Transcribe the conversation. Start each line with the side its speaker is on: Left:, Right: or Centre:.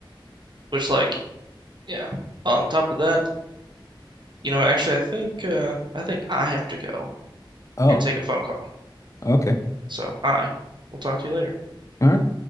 Right: which like, yeah. On top of that, you know, actually, I think uh, I think I have to go
Left: Oh,
Right: and take a phone call.
Left: okay.
Right: So I will talk to you later.
Left: All right.